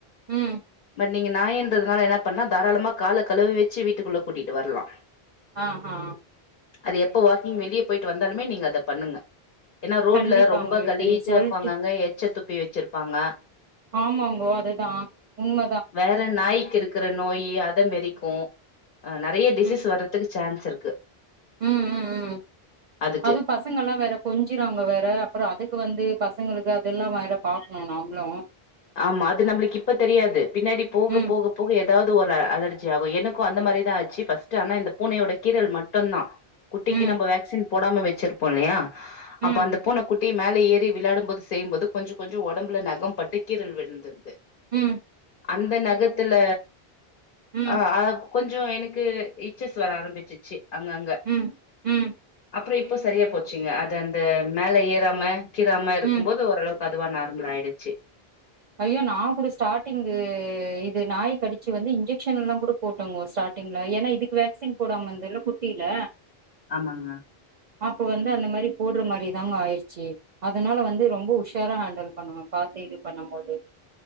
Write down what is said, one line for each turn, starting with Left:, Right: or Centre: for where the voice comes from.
Right: ம்
Left: நீங்க நாய்ன்றதுனால என்ன பண்லா தாராளமா கால களுவி வெச்சு வீட்டுக்குள்ள கூட்டிட்டு வர்லா
Right: ஆ ஹா
Left: அது எப்ப வாக்கிங் வெளிய போயிட்டு வந்தாலுமே நீங்க அத பண்ணுங்க ஏன்னா ரோட்ல
Right: கண்டிப்பாங்க
Left: ரொம்ப
Right: இப்ப
Left: கலீச்சா
Right: நீங்க சொல்ட்டு
Left: இருக்கு அங்க அங்க எச்ச து ப்பி வெச்சிர்ப்பாங்க
Right: ஆமாங்கோ அதுதான் உண்ம
Left: வேற நாய்க்கு இருக் க்கற நோயி அத மெறிக்கு ஆஹ் நறைய டிசிஸ்
Right: ம்
Left: வர்றதுக்கு சான்ஸ் இருக்கு
Right: ம் ம் ம்
Left: அதுக்கு
Right: அது பசங்க ல்லா வேற கொஞ்சிராங்க வேற அப்றொ அதுக்கு வந்து பசங்களுக்கு அதெல்லா வேற பாக்ணு நாம்ளும்
Left: ஆமா அது நம்புளுக்கு இப்ப தெரியாது பின்னாடி போக
Right: ம்
Left: போக போக ஏதாவது ஒரு அலர்ஜி ஆகு எனக்கு அந்த மாரிதான் ஆச்சு ஃபஸ்ட்டு ஆனா இந்த பூனையோட கீரல் மட்டுந்தா குட்டிக்கு
Right: ம்
Left: நம்ப வேக்சின் போடாம வெச்சிருப்போ ல்லையா
Right: ம்
Left: அப்ப அந்த பூன குட்டி மேல ஏறி விளாடும் போது செய்யும்போது கொஞ்சொ கொஞ்சொ ஒடம்புல நெகம் பட்டு கீரள் விழ்ந்திருது
Right: ம்
Left: அந்த நெகத்துல
Right: ம்
Left: ஆஹ் கொஞ்சொ எனக்கு இட்ச்சஸ் வர ஆரம்பிச்சிச்சு அங்க அங்க
Right: ம் ம்
Left: ப்புறோ இப்போ சரியா போச்சுங்க அது அந்த மேல ஏறாம கீராம இருக்கும்
Right: ம்
Left: போது ஓரளவு பதுவா நார்மல் ஆயிடுச்சு
Right: ஐயோ நான் கூட ஸ்டாட்டிங்கு இது நாய் கடிச்சு வந்து இன்ஜெக்ஷன் எல்லா கூட போட்டங்கோ ஸ்டாட்டிங்ல ஏன்னா இதுக்கு வேக்சின் போடாமந்தல்ல குட்டில
Left: ஆமாங்க
Right: அப்ப வந்து அந்த மாரி போட்ற மாரி தாங்க ஆயிடுச்சி அதனால வந்து ரொம்ப உஷாரா ஹாண்ட்ல் பண்ணுவன் பாத்து இது பண்ணும் போது